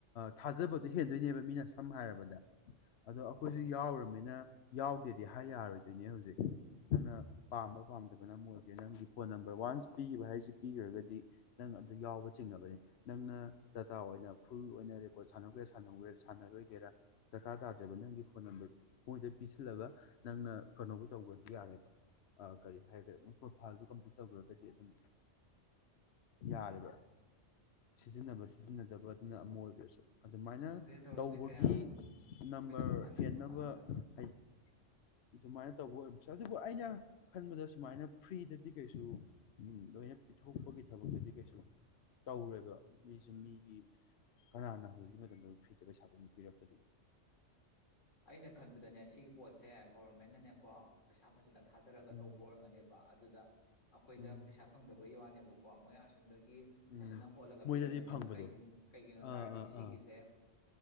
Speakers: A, on the left; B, on the left.
A: ꯊꯥꯖꯕꯗꯣ ꯍꯦꯟꯗꯣꯏꯅꯦꯕ ꯃꯤꯅ ꯁꯝꯅ ꯍꯥꯏꯔꯕꯗ ꯑꯗꯣ ꯑꯩꯈꯣꯏꯁꯨ
B: ꯎꯝ
A: ꯌꯥꯎꯔꯅꯤꯅ ꯌꯥꯎꯗꯦꯗꯤ ꯍꯥꯏ ꯌꯥꯔꯣꯏꯗꯣꯏꯅꯦ ꯍꯧꯖꯤꯛ ꯅꯪꯅ ꯄꯥꯝꯕ ꯄꯥꯝꯗꯕꯅ ꯑꯃ ꯑꯣꯏꯈ꯭ꯔꯦ ꯅꯪꯒꯤ ꯐꯣꯟ ꯅꯝꯕꯔ ꯋꯥꯟꯁ ꯄꯤꯈꯤꯕ ꯍꯥꯏꯁꯤ ꯄꯤꯈ꯭ꯔꯒꯗꯤ ꯅꯪ ꯑꯗꯨ ꯌꯥꯎꯕ ꯆꯤꯡꯉꯕꯅꯦ ꯅꯪꯅ ꯗꯇꯥ ꯑꯣꯏꯅ ꯐꯨꯜ ꯑꯣꯏꯅ ꯔꯦꯀꯣꯔꯠ ꯁꯥꯟꯅꯒꯦꯔ ꯁꯥꯟꯅ ꯁꯥꯟꯅꯔꯣꯏꯒꯦꯔꯥ ꯗꯔꯀꯥꯔ ꯇꯥꯗ꯭ꯔꯦꯕ ꯅꯪꯒꯤ ꯐꯣꯟ ꯅꯝꯕꯔ ꯃꯣꯏꯗ ꯄꯤꯁꯤꯜꯂꯒ ꯅꯪꯅ ꯀꯩꯅꯣꯕꯨ ꯇꯧꯕꯗꯤ ꯌꯥꯔꯦꯕ ꯀꯔꯤ ꯍꯥꯏꯈ꯭ꯔꯦ ꯃꯣꯏ ꯄ꯭ꯔꯣꯐꯥꯏꯜꯗꯣ ꯀꯝꯄ꯭ꯂꯤꯠ ꯇꯧꯈ꯭ꯔꯒꯗꯤ ꯑꯗꯨꯝ ꯌꯥꯔꯦꯕ ꯁꯤꯖꯤꯟꯅꯕ ꯁꯤꯖꯤꯟꯅꯗꯕ ꯑꯃ ꯑꯣꯏꯈꯔꯁꯨ ꯑꯗꯨꯃꯥꯏꯅ
B: ꯈꯪꯗꯦ ꯇꯧꯔꯤꯁꯦ
A: ꯇꯧꯕꯒꯤ
B: ꯀꯌꯥꯝ ꯑꯩꯈꯣꯏꯗꯕꯨ
A: ꯅꯝꯕꯔ
B: ꯀꯥꯟꯅꯔꯤꯕ
A: ꯍꯦꯟꯅꯕ
B: ꯀꯥꯟꯅꯗꯕ
A: ꯍꯥꯏꯗꯤ ꯑꯗꯨꯃꯥꯏꯅ ꯇꯧꯕ ꯑꯣꯏꯔꯝꯕꯁ ꯑꯗꯨꯕꯨ ꯑꯩꯅ ꯈꯟꯕꯗ ꯁꯨꯃꯥꯏꯅ ꯐ꯭ꯔꯤꯗꯗꯤ ꯀꯩꯁꯨ ꯂꯣꯏꯅ ꯄꯤꯊꯣꯛꯄꯒꯤ ꯊꯕꯛꯇꯗꯤ ꯀꯩꯁꯨ ꯇꯧꯔꯦꯕ ꯃꯤꯁꯨ ꯃꯤꯒꯤ ꯀꯅꯥꯅꯣ ꯍꯧꯖꯤꯛꯀꯤ ꯃꯇꯝꯗ ꯐ꯭ꯔꯤꯁ ꯄꯩꯁꯥ ꯑꯃꯨꯛ ꯄꯤꯔꯛ ꯀꯗꯣꯏꯅꯣ
B: ꯑꯩꯅ ꯈꯟꯕꯗꯅꯦ ꯁꯤꯒꯤ ꯄꯣꯠꯁꯦ ꯒꯣꯔꯃꯦꯟꯅꯅꯦꯀꯣ ꯄꯩꯁꯥ ꯐꯖꯅ ꯊꯥꯗꯔꯒ
A: ꯎꯝ
B: ꯇꯧꯕ ꯑꯣꯏꯔꯝꯒꯅꯦꯕ ꯑꯗꯨꯗ ꯑꯩꯈꯣꯏꯗ
A: ꯎꯝ
B: ꯄꯩꯁꯥ ꯐꯪꯗꯕꯩ ꯋꯥꯅꯦꯕꯀꯣ ꯀꯣ ꯃꯣꯏꯌꯥ ꯑꯁꯣꯝꯗꯒꯤ ꯒꯤ
A: ꯎꯝ
B: ꯐꯖꯅ ꯍꯣꯠꯂꯒ
A: ꯃꯣꯏꯗꯗꯤ
B: ꯄꯤꯔꯝꯒꯅꯦꯕ
A: ꯐꯪꯕꯗꯣ
B: ꯀꯩꯒꯨꯝ ꯀꯩꯒꯤꯅꯣ
A: ꯑꯥ
B: ꯇꯥꯔꯗꯤ
A: ꯑꯥ
B: ꯁꯤꯒꯤꯁꯦ
A: ꯑꯥ